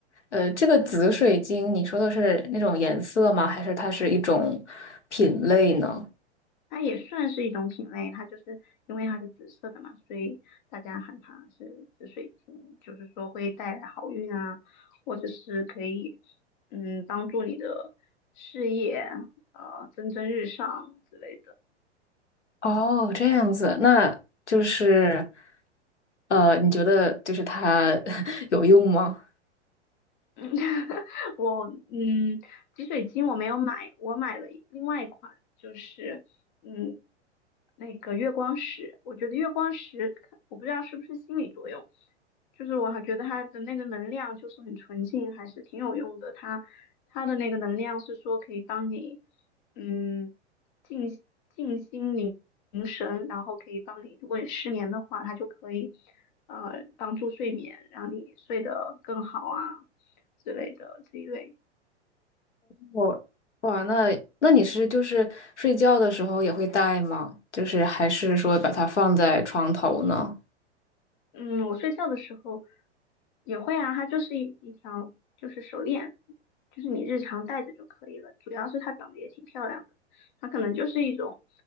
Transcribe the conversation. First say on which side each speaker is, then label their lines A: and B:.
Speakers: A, on the left; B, on the left.
A: 呃，这个紫水晶，你说的是那种颜色吗？还是它是一种品类呢？
B: 它也算是一种品类，它就是因为它是紫色的嘛，所以大家喊它是紫水晶，就是说会带来好运啊，或者是可以嗯帮助你的事业呃蒸蒸日上之类的。
A: 哦，这样子，那就是，呃，你觉得就是它 <laughs> 有用吗？
B: 嗯，<laughs> 我嗯，挤水晶我没有买，我买了一另外一款，就是嗯，那个月光石。我觉得月光石看我不知道是不是心理作用，就是我还觉得它的那个能量就是很纯净，还是挺有用的。它它的那个能量是说可以帮你嗯静静心凝凝神，然后可以帮你，如果你失眠的话，它就可以呃帮助睡眠，让你睡得更好啊。之类的这一类。
A: 我哇，那那你是就是睡觉的时候也会戴吗？就是还是说把它放在床头呢？
B: 嗯，我睡觉的时候也会啊，它就是一一条就是手链，就是你日常戴着就可以了。主要是它长得也挺漂亮的，它可能就是一种，